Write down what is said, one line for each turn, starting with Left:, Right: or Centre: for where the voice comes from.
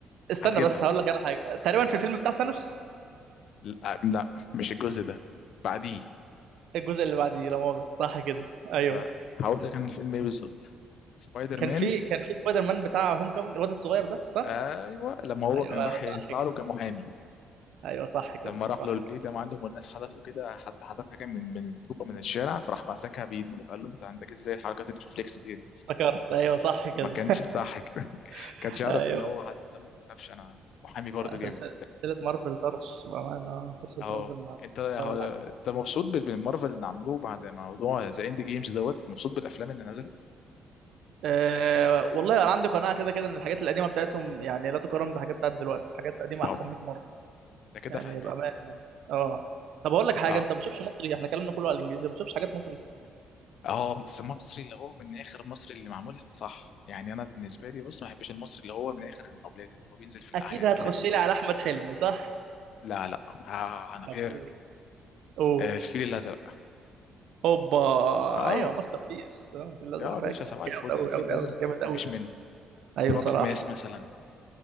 Right: استنى
Left: هتجيبها
Right: بس هقول لك على حاجه تقريبا في الفيلم بتاع سانوس
Left: لا, لا مش الجزء ده بعديه
Right: الجزء اللي بعديه لا مؤاخذه صح كده ايوه
Left: لا هقول لك انا الفيلم ايه بالظبط سبايدر
Right: كان
Left: مان
Right: في كان في سبايدر مان بتاع هوم كومينج الواد الصغير ده صح
Left: ايوه لما هو
Right: ايوه
Left: كان راح
Right: ايوه
Left: يطلع
Right: صح كده
Left: له كمحامي
Right: ايوه صح كده
Left: لما راح
Right: صح
Left: له البيت
Right: كده
Left: يا معلم والناس حدفوا كده حد حدف حاجه من من الفوق من الشارع فراح مسكها بايده فقال له انت عندك ازاي حركات الريفلكس دي
Right: فكرت ايوه صح كده
Left: ما كانش صح كده <laughs>
Right: <laughs>
Left: كانش يعرف
Right: ايوه
Left: ان هو حد قال له ما تخافش انا محامي برضه جامد
Right: سلسله سلسلة مارفل طرش بامانه آه،
Left: <laughs>
Right: سلسله
Left: اهو
Right: مارفل ما
Left: انت ه-
Right: لا ولا عليه.
Left: انت مبسوط بال- بالمارفل اللي عملوه بعد موضوع ذا اند جيمز دوت مبسوط بالافلام اللي نزلت
Right: أه والله انا عندي قناعه كده كده ان الحاجات القديمه بتاعتهم يعني لا تقارن بحاجات بتاعت دلوقتي الحاجات القديمه
Left: طبعا
Right: احسن 100 مره
Left: انت كده
Right: يعني
Left: فاهمان
Right: بامانه اه طب اقول لك حاجه
Left: اه
Right: انت ما بتشوفش مصري احنا كلامنا كله على الانجليزي ما بتشوفش حاجات مصري
Left: اه بس المصري اللي هو من اخر المصري اللي معمول صح يعني انا بالنسبه لي بص ما بحبش المصري اللي هو من اخر المقاولات اللي هو بينزل في الاعياد
Right: اكيد هتخش
Left: والحاجات
Right: لي على احمد حلمي صح
Left: لا لا آه انا
Right: طب
Left: فاكر
Right: قول قول
Left: آه، الفيل الازرق
Right: اوبا
Left: اه
Right: ايوه ماستر بيس اه في الازرق
Left: يا باشا
Right: فاجر
Left: صباح الفل
Right: جامد
Left: الفيل
Right: قوي قوي
Left: الازرق
Right: قوي
Left: دوت
Right: جامد
Left: ما
Right: قوي
Left: فيش منه
Right: ايوه
Left: تراب
Right: صراحه
Left: الماس مثلا